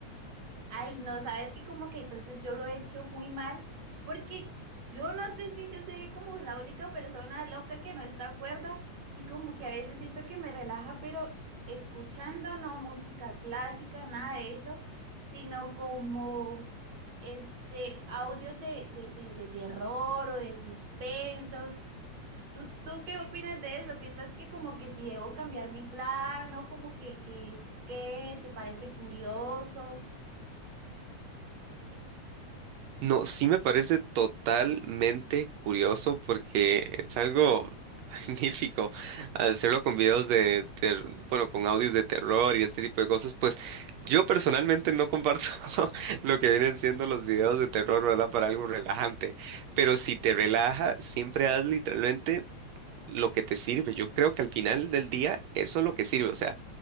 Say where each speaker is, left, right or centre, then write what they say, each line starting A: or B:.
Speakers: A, on the right (about 60°); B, on the right (about 75°).
A: Ay, no, sabes que como que entonces yo lo he hecho muy mal porque yo no sé si yo seré como la única persona loca que no está cuerda y como que a veces siento que me relaja, pero escuchando no música clásica, nada de eso, sino como este audios de, de, de, de terror o de suspensos. ¿Tú, tú qué opinas de eso? ¿Piensas que como que si debo cambiar mi plan o como que, que, que te parece curioso?
B: No, sí me parece totalmente curioso porque es algo <laughs> magnífico hacerlo con videos de, ter- bueno, con audios de terror y este tipo de cosas. Pues yo personalmente no comparto <laughs> lo que vienen siendo los videos de terror, ¿verdad? Para algo relajante. Pero si te relaja, siempre haz literalmente lo que te sirve. Yo creo que al final del día eso es lo que sirve, o sea,